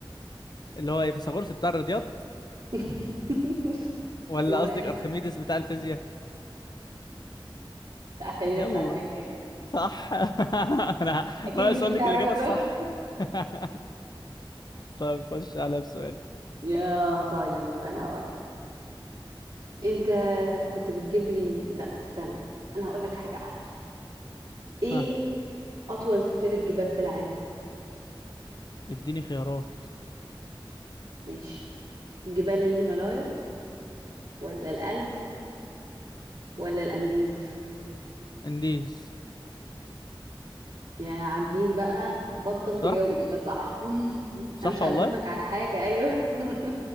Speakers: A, on the left; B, on the right.
A: اللي هو ايه فيثاغورس بتاع الرياضيات
B: <laughs>
A: ولا
B: يبقى
A: قصدك ارخميدس بتاع الفيزياء
B: لا خلينا
A: يلا
B: بتاع الفيزياء
A: صح <laughs> انا
B: اكيد
A: ناقص
B: مش
A: اقول
B: بتاع
A: لك الاجابه
B: الرياضه
A: الصح
B: <laughs>
A: <laughs> طيب خش على بسؤالي
B: يا طيب انا هقول لك انت كنت بتجيب لي لا استنى انا هقول لك حاجه احسن ايه
A: ها
B: اطول سلسله جبال في العالم
A: اديني خيارات
B: ماشي جبال الهيمالايا ولا الألب ولا الأنديز
A: انديز
B: يا عابدين بقى بطل
A: صح
B: تجاوب إجابات صح <laughs>
A: صح
B: أنا مش هعزمك
A: والله
B: على حاجة أيوه <laughs>